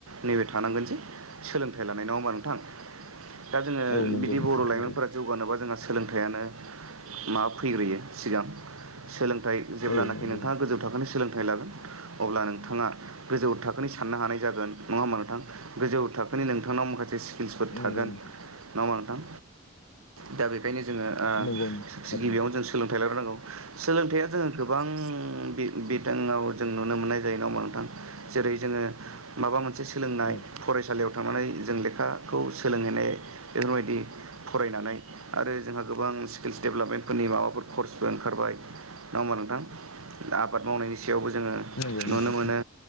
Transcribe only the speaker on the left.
औ नंगौ
नोंथां
थारैनो
औ नंगौ
नोंथां
नंगौ नोंथां
नंगौ नोंथां थारैनो
औ
नंगौ नोंथां